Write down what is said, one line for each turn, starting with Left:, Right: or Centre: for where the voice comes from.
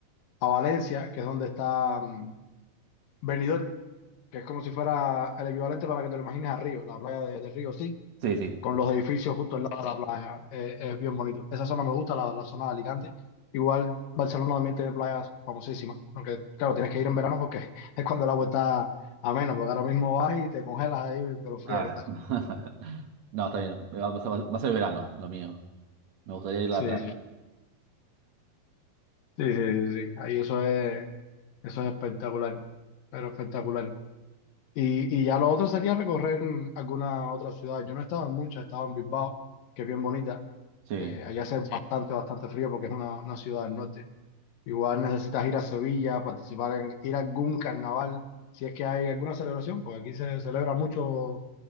Left: a Valencia, que es donde está mm, Benidorm, que es como si fuera el equivalente para que te lo imagines a Río, la playa de, de Río, sí,
Right: Sí, sí.
Left: con los edificios justo al lado de la playa. eh, es bien bonito. Esa zona me gusta, la, la zona de Alicante. Igual Barcelona también tiene playas famosísimas, aunque claro, tienes que ir en verano porque <laughs> es cuando el agua está amena, porque ahora mismo vas y te congelas ahí de lo fría
Right: Ah.
Left: que está.
Right: <laughs> No, está bien. Va a pasar- va a ser verano, lo mío. Me gustaría ir
Left: Sí,
Right: a la playa.
Left: sí. Sí, sí, sí, sí. Ahí eso es, eso es espectacular, pero espectacular. Y, y ya lo otro sería recorrer alguna otra ciudad. Yo no he estado en muchas, he estado en Bilbao, que es bien bonita.
Right: Sí.
Left: Eh, allá hace Sí. bastante, bastante frío porque es una, una ciudad del norte. Igual necesitas ir a Sevilla, participar en, ir a algún carnaval, si es que hay alguna celebración, porque aquí se celebra mucho,